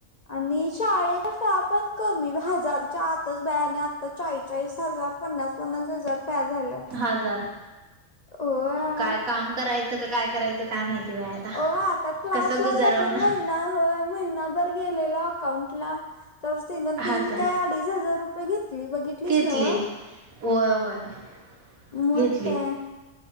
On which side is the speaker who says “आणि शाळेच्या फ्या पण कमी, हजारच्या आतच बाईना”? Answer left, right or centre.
Left